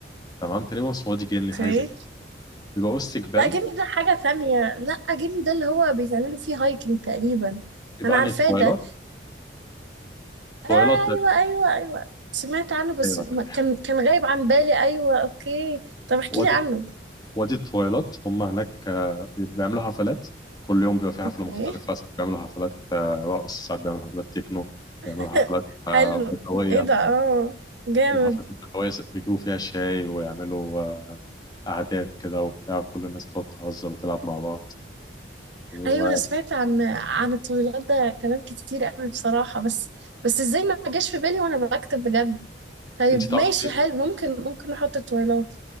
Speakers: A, on the left; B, on the right.
A: تمام تقريبا اسمه وادي جني
B: اوكي
A: حاجة زي كده بيبقى وسط جبال
B: لا جيب لي ده حاجة تانية لا جيب لي ده اللي هو بيتعملوا فيه هايكنج تقريبا
A: يبقى
B: انا
A: عن
B: عارفاه
A: الطويلات
B: ده ايوه
A: طويلات لا
B: ايوه ايوه سمعت عنه بس
A: تتخيلها يعني.
B: ما- كان كان غايب عن بالي ايوه اوكي طب احكي
A: وادي
B: لي عنه
A: وادي التويلات هم هناك آه، بي- بيعملوا حفلات كل يوم بيبقى في حفلة
B: اوكي
A: مختلفة ساعات بيعملوا حفلات آه، رقص ساعات بيعملوا حفلات تكنو
B: <laughs>
A: بيعملوا حفلات آه،
B: حلو
A: بدوية
B: ايه ده اه جامد
A: والحفلات البدوية س- بيجيبوا فيها شاي ويعملوا آه، قعدات كده وبتاع كل الناس بتقعد تهزر وتلعب مع بعض وانت
B: ايوه انا سمعت عن عن الطويلات ده كلام كتير قوي بصراحة بس بس ازاي ما جاش في بالي وانا بكتب بجد طيب
A: تعرفي
B: ماشي حلو ممكن ممكن نحط التويلات